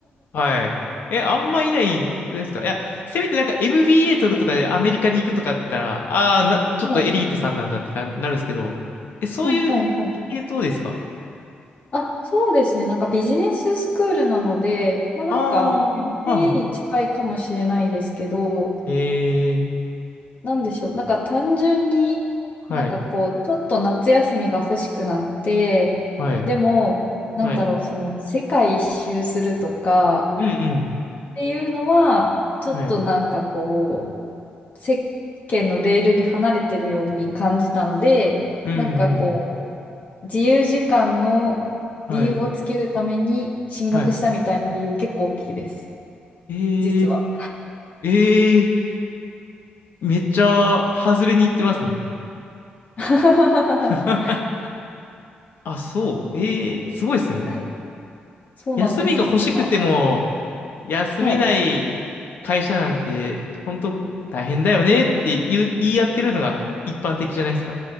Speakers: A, on the left; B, on the left.
A: はい。え、あんまいないくないですかいや、せめてなんか MBA 取るとかでアメリカに行くとかだったら、
B: はい。
A: ああ、な、ちょっとエリートさんなんだってな、
B: はい。
A: なるんですけど。え、そういう系統ですか
B: うん、はい、はい。あ、そうですね。なんかビジネススクールなので、まあなんか
A: あ
B: MBA
A: あー、はあは
B: に近いかもしれないですけど、
A: ええ、
B: なんでしょう。なんか単純になんかこう、
A: はい、
B: ちょっと夏休みが欲しくなって、
A: はい、
B: でも、なんだろう、
A: はい。
B: その世界一周するとか、
A: うんうん、
B: っていうのは、ちょっとなんかこ
A: はい。
B: う、世間のレールに離れてるように感じたので、
A: うんうん、
B: なんかこう、自由時間の理由をつけるために進学したみたいな理由結構大きいです、
A: はい、はい。ええ、
B: 実は。
A: ええ、めっちゃ外れに行ってますね。
B: <laughs>
A: <laughs> あ、そう。ええ、すごいですね。
B: はい、そうなんです、
A: 休みが欲しくても、
B: 実は。
A: 休めない会社なんて、
B: はい。
A: 本当大変だよねって言う、言い合ってるのが一般的じゃないですか。